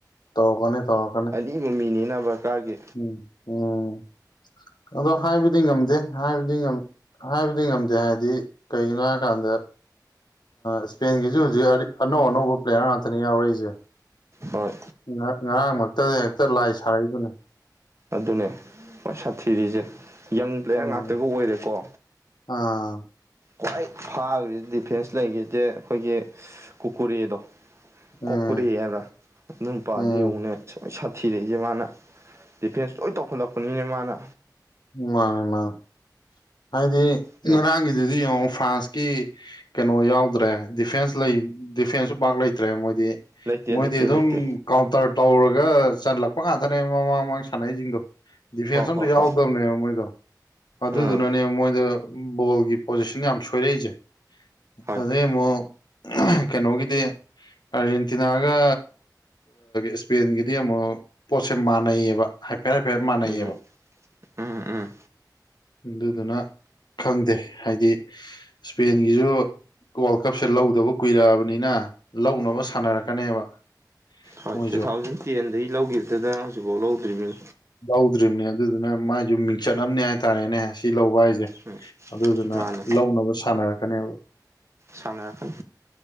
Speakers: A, on the left; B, on the right.
A: ꯇꯧꯔꯛꯀꯅꯤ ꯇꯧꯔꯛꯀꯅꯤ
B: ꯃꯤ <unintelligible> ꯃꯤꯅꯤꯅ ꯕꯔꯀꯥꯒꯤ
A: ꯎꯝ ꯎꯝ ꯑꯗꯣ ꯍꯥꯏꯕꯗꯤ ꯉꯝꯗꯦ ꯍꯥꯏꯕꯗꯤ ꯍꯥꯏꯕꯗꯤ ꯉꯝꯗꯦ ꯍꯥꯏꯗꯤ ꯀꯩꯒꯤꯅꯣ ꯍꯥꯏ ꯀꯥꯟꯗ ꯏꯁꯄꯦꯟꯒꯤꯁꯨ ꯍꯧꯖꯤꯛ ꯑꯔꯤ ꯑꯅꯧ ꯑꯅꯧꯕ ꯄ꯭ꯂꯦꯌꯥꯔ ꯉꯥꯛꯇꯅꯦ ꯌꯥꯎꯔꯛꯏꯁꯦ
B: ꯍꯣꯏ
A: ꯉ ꯉꯔꯥꯡꯃꯛꯇꯗ ꯍꯦꯛꯇ ꯂꯥꯏ ꯁꯥꯔꯛꯏꯗꯨꯅꯤ
B: ꯑꯗꯨꯅꯦ ꯈ꯭ꯋꯥꯏ ꯁꯥꯊꯤꯔꯤꯁꯦ ꯌꯪ ꯄ꯭ꯂꯦꯌꯔ
A: ꯎꯝ
B: ꯉꯥꯛꯇꯒ ꯑꯣꯏꯔꯦꯀꯣ
A: ꯑꯥ
B: ꯈ꯭ꯋꯥꯏ ꯐꯥꯈ꯭ꯔꯤꯁ‌ꯦ ꯗꯤꯐꯦꯟꯁ ꯂꯩꯈꯤꯖ‌ꯦ ꯑꯩꯈꯣꯏꯒꯤ ꯀꯨꯀꯨꯔ‌ꯦꯗꯣ
A: ꯎꯝ
B: ꯀꯣꯀꯨꯔ‌ꯦ ꯍꯥꯏꯕ꯭ꯔꯥ ꯑꯗꯨ ꯅꯨꯄꯥꯗꯨ
A: ꯎꯝ
B: ꯌ‌ꯦꯡꯉꯨꯅꯦ ꯈ꯭ꯋꯥꯏ ꯁꯥꯊꯤꯔꯛꯏꯁꯦ ꯃꯥꯅ ꯗꯤꯐꯦꯟꯁ ꯂꯣꯏ ꯇꯧꯈꯠꯂꯛꯄꯅꯤꯅꯦ ꯃꯥꯅ
A: ꯃꯥꯅꯦ ꯃꯥꯅꯦ ꯍꯥꯏꯗꯤ
B: ꯑꯗꯨ
A: ꯉꯔꯥꯡꯒꯤ ꯗꯨꯗꯤ ꯌꯦꯡꯉꯣ ꯐ꯭ꯔꯥꯟꯁꯀꯤ ꯀꯩꯅꯣ ꯌꯥꯎꯗ꯭ꯔꯦ ꯗꯤꯐꯦꯟꯁ ꯂꯩ ꯗꯤꯐꯦꯟꯁꯁꯨ ꯄꯥꯛ ꯂꯩꯇ ꯇ‌꯭ꯔꯦ ꯃꯣꯏꯗꯤ
B: ꯂꯩꯇꯦ
A: ꯃꯣꯏꯗꯤ
B: ꯂꯩꯇꯦ
A: ꯑꯗꯨꯝ
B: ꯂꯩꯇꯦ
A: ꯀꯥꯎꯟꯇꯔ ꯇꯧꯔꯒ ꯆꯜꯂꯛꯄ ꯉꯥꯛꯇꯅꯦꯕ ꯃꯃꯥꯡ ꯃꯃꯥꯡ ꯁꯥꯟꯅꯩꯁꯤꯡꯗꯣ ꯗꯤꯐꯦꯟꯁ
B: ꯍꯣ
A: ꯑꯝꯇ
B: ꯍꯣ
A: ꯌꯥꯎꯗꯕꯅꯦꯕ
B: ꯍꯣ
A: ꯃꯣꯏꯗꯣ ꯑꯗꯨꯗꯨ
B: ꯎꯝ
A: ꯃꯣꯏꯗ ꯕꯣꯜꯒꯤ ꯄꯣꯖꯤꯁꯟ ꯌꯥꯝ ꯁꯣꯏꯔꯛꯏꯁꯦ
B: ꯍꯣꯏ
A: ꯑꯗꯩ ꯑꯃꯨꯛ ꯀꯩꯅꯣꯒꯤꯗꯤ ꯑꯥꯔꯖꯦꯟꯇꯤꯅꯥꯒ ꯏꯁꯄꯦꯟꯒꯤꯗꯤ ꯑꯃꯨꯛ ꯄꯣꯠꯁꯦ ꯃꯥꯟꯅꯩꯌꯦꯕ ꯍꯥꯏꯐꯦꯠ ꯍꯥꯏꯐꯦꯠ ꯃꯥꯟꯅꯩꯌꯦꯕ
B: ꯑꯗꯨꯝ ꯎꯝ ꯎꯝ
A: ꯑꯗꯨꯗꯨꯅ ꯈꯪꯗꯦ ꯍꯥꯏꯗꯤ ꯏꯁꯄꯦꯟꯒꯤꯁꯨ ꯋꯥꯔꯜ ꯀꯞꯁꯦ ꯂꯧꯗꯕ ꯀꯨꯏꯔꯛꯑꯕꯅꯤꯅ ꯂꯧꯅꯕ ꯁꯥꯟꯅꯔꯛꯀꯅꯦꯕ
B: ꯍꯣꯏ
A: ꯃꯣꯏꯁꯨ
B: ꯇꯨ ꯊꯥꯎꯖꯟ ꯇꯦꯟꯗꯒꯤ ꯂꯧꯈꯤꯕꯗꯨꯗ ꯍꯧꯖꯤꯛꯐꯥꯎ ꯂꯧꯗ꯭ꯔꯤꯝꯅꯤ
A: ꯂꯧꯗ꯭ꯔꯤꯝꯅꯦ ꯑꯗꯨꯗꯨꯅ ꯃꯥꯏꯁꯨ ꯃꯤꯡꯆꯠ ꯑꯃꯅꯦ ꯍꯥꯏꯇꯥꯔꯦꯅꯦ ꯁꯤ ꯂꯧꯕ ꯍꯥꯏꯖ‌ꯦ
B: ꯎꯝ
A: ꯑꯗꯨꯗꯨꯅ
B: ꯃꯥꯅ
A: ꯂꯧꯅꯕ ꯁꯥꯟꯅꯔꯛꯀꯅꯦꯕ
B: ꯁꯥꯟꯅꯔꯛꯀꯅꯤ